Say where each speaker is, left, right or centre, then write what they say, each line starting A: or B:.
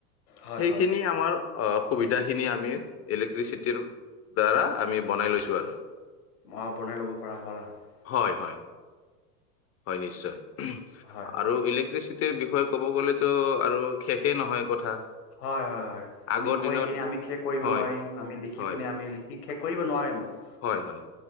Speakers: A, on the left; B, on the left.
A: হয়
B: সেইখিনি
A: হয়
B: আমাৰ অ সুবিধাখিনি আমি ইলেক্ট্ৰিচিটিৰ দ্বাৰা আমি বনাই লৈছোঁ আৰু।
A: অ বনাই ল'ব পৰা হ'ল আৰু।
B: হয় হয়। হয় নিশ্চয়
A: হয় হয়
B: আৰু ইলেক্ট্ৰিচিটি বিষয়ে ক'ব গ'লেতো আৰু শেষেই নহয় কথা।
A: হয়-হয়-হয় আমি
B: আগৰ
A: কৈ
B: দিনত
A: কিনে আমি শেষ কৰিব
B: হয়
A: নোৱাৰিম। আমি লিখি
B: হয়
A: পিনে আমি কি শেষ কৰিব নোৱাৰিম আৰু।
B: হয় হয়।